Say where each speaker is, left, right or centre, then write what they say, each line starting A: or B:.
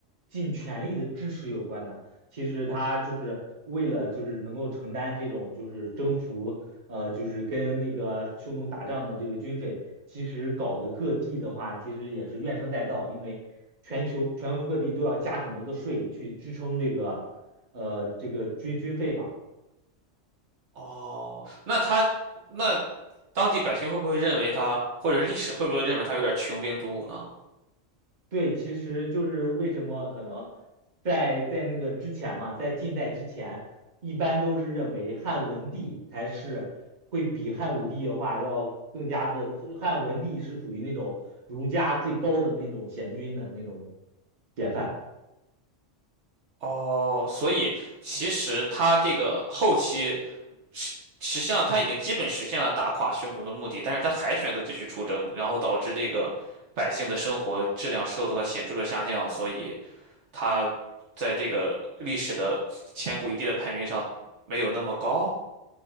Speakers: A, on the right; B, on the right.
A: 尽全力的支持有关的。其实他就是为了就是能够承担这种就是征服呃就是跟那个匈奴打仗的这个军费，其实搞得各地的话，其实也是怨声载道，因为全球全国各地都要加很多的税去支撑这个，呃，这个军军费嘛。
B: 哦，那他那当地百姓会不会认为他，或者是历史会不会认为他有点穷兵黩武呢？
A: 对，其实就是为什么可能在在那个之前嘛，在近代之前，一般都是认为汉文帝才是会比汉武帝的话要更加的，汉文帝是属于那种儒家最高的那种贤君的那种典范。
B: 哦，所以其实他这个后期实实际上他已经基本实现了打垮匈奴的目的，但是他还选择继续出征，然后导致这个百姓的生活质量受到了显著的下降，所以。他在这个历史的千古一帝的排名上没有那么高。